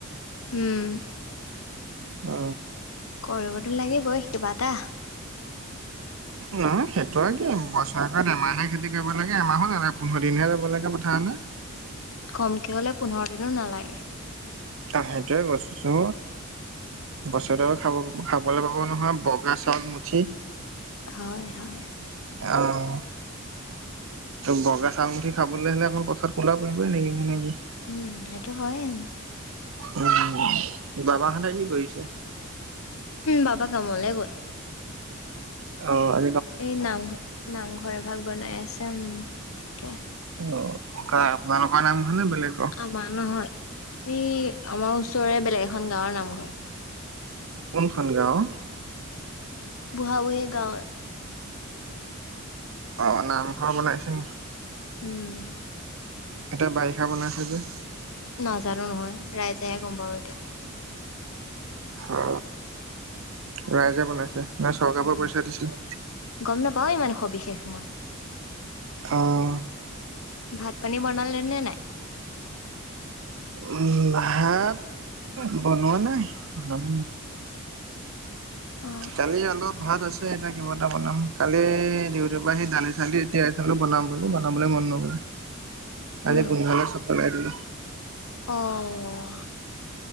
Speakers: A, on the left; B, on the right.
A: উম।
B: অ।
A: কৰিবতো লাগিবই কিবা এটা।
B: নহয় সেইটো আৰু কি বছৰটোত এমাহে খেতি যাব লাগে এমাহত এনে পোন্ধৰ দিনহে যাব লাগে পথাৰলে।
A: কমকে হ'লে পোন্ধৰ দিনো নালাগে।
B: আহ সেইটোয়ে কৈছো বছৰত এবাৰ খাব খাবলৈ পাব নহয় বগা চাউল মুঠি।
A: হয়, হয়।
B: অঁ। বগা চাউলমুঠি খাবলৈ হ'লে অকণ পথাৰত কলা পৰিবই নেকি মানে কি।
A: উম, সেইটো হয়ে।
B: উম, বাবাহঁতে কি কৰিছে?
A: বাবা কামলে গ'ল।
B: অঁ, আ
A: এই নামঘৰ, নামঘৰে ভাগ বনাই আছে, উম, তাকে।
B: অ, কাৰ আপোনালোকৰ নাম হয়নে বেলেগৰ?
A: আমাৰ নহয় এই আমাৰ ওচৰৰে বেলেগ এখন গাঁৱৰ নামঘৰ।
B: কোনখন গাঁও?
A: বুঢ়া-বুঢ়ী গাঁৱৰ।
B: অ, নামঘৰ বনাইছে
A: উম।
B: এতে বাৰিষা বনাইছে যে।
A: নাজানো নহয় ৰাইজেহে গম পাব এতিয়া।
B: অ, ৰাইজে বনাইছে না চৰকাৰৰ
A: উম
B: পৰা পইচা দিছিল?
A: গম নাপাও ইমান সবিশেষ মই।
B: অঁ।
A: ভাত পানী বনালে নে নাই?
B: উম, ভাত বনোৱা নাই, বনাম
A: অ
B: কালিৰ অলপ ভাত আছ এটা কিবা এটা বনাম কালি ডিউটিৰ পৰা আহি দালি-চালি এতিয়া বনাম বোলো বনাবলৈ মন নগল।
A: উম
B: আজি গন্ধালে চব পেলাই দিলো।
A: অঁ।